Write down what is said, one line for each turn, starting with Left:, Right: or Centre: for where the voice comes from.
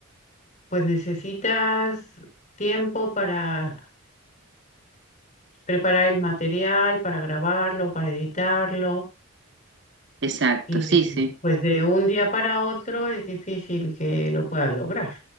Left: pues necesitas tiempo para preparar el material, para grabarlo, para editarlo,
Right: Exacto,
Left: y
Right: sí, sí.
Left: pues de un día para otro es difícil que lo puedas lograr.